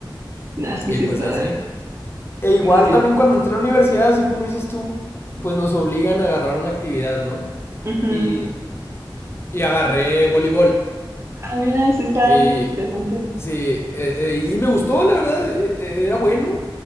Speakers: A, on the right; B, on the left.
A: Nada, es que
B: Y
A: sí
B: pues
A: está
B: así. E igual
A: medio.
B: también cuando entré a la universidad, así como dices tú, pues nos obligan a agarrar una actividad, ¿no?
A: Ujú.
B: Y, y agarré voleibol.
A: Ah, mira, eso está
B: Y
A: interesante.
B: sí, eh, eh, y me gustó, la verdad, eh, eh, era bueno.